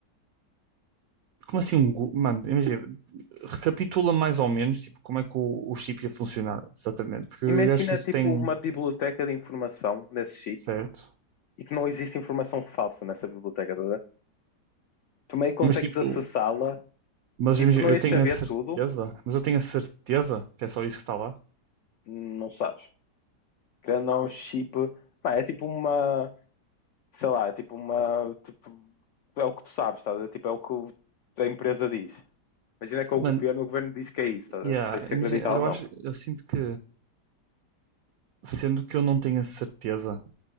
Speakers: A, on the right; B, on the left.
A: Como assim um. go- Mano, imagina, recapitula mais ou menos tipo, como é que o, o chip ia funcionar, exatamente. Porque
B: Imagina,
A: eu, eu acho que isso
B: tipo,
A: tem.
B: uma biblioteca de informação nesse chip
A: Certo.
B: e que não existe informação falsa nessa biblioteca, estás a ver? Tu meio que consegues
A: Mas tipo.
B: acessá-la,
A: Mas
B: tipo,
A: imagina,
B: tu não
A: eu
B: ias
A: tenho
B: saber
A: a certeza.
B: tudo,
A: Mas eu tenho a certeza que é só isso que está lá.
B: não sabes. Querendo ou não, chip, pá, é tipo uma, sei lá, é tipo uma, tipo, é o que tu sabes, estás a ver? Tipo, é o que a empresa diz. Imagina que é o
A: Mano,
B: governo, o governo diz que é isso, estás
A: yeah,
B: a ver? Tu tens que
A: imagina,
B: acreditar
A: eu
B: ou não.
A: acho. Eu sinto que. Sendo que eu não tenho a certeza.